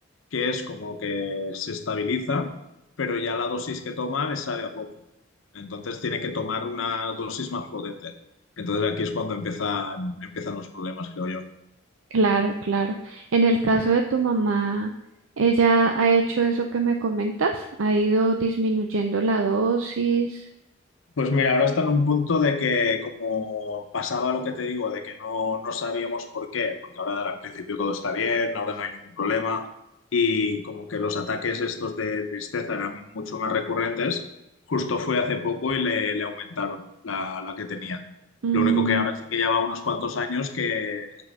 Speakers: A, on the left; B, on the right.
A: que es como que se estabiliza, pero ya la dosis que toma le sabe a poco. Entonces tiene que tomar una dosis más potente. Entonces aquí es cuando empiezan, empiezan los problemas, creo yo.
B: Claro, claro. En el caso de tu mamá, ella ha hecho eso que me comentas, ha ido disminuyendo la dosis.
A: Pues mira, ahora está en un punto de que como pasaba lo que te digo, de que no, no sabíamos por qué, porque ahora en principio todo está bien, ahora no hay ningún problema, y como que los ataques estos de tristeza eran mucho más recurrentes, justo fue hace poco y le, le aumentaron la, la que tenía.
B: Mm,
A: Lo único que ahora sí que lleva unos cuantos años que